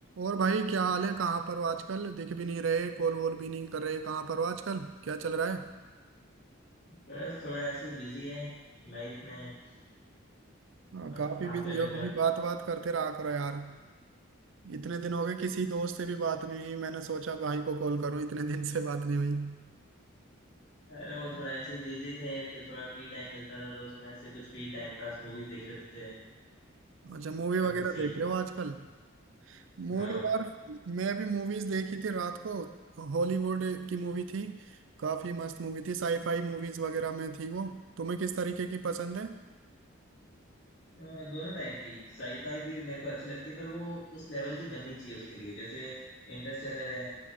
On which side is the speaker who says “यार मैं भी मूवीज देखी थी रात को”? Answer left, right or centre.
Right